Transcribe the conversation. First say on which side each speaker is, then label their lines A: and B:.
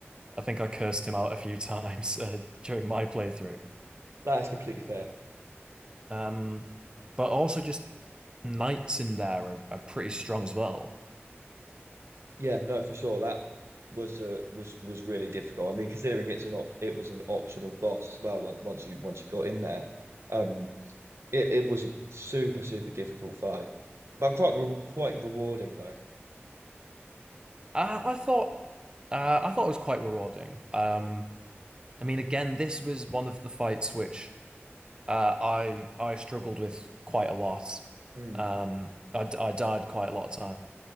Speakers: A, on the right; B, on the right.
A: I think I cursed him out a few <laughs> times uh, during my playthrough.
B: that is completely fair
A: Um, but also just knights in there are, are pretty strong as well.
B: yeah no for sure that was uh, was was really difficult I mean considering it's an op it was an optional boss as well on- once you once you got in there um it, it was a super super difficult fight but quite re quite rewarding though
A: I, I thought uh, I thought it was quite rewarding. Um, I mean, again, this was one of the fights which uh, I I struggled with quite a lot.
B: Hmm.
A: Um, I, d- I died quite a lot of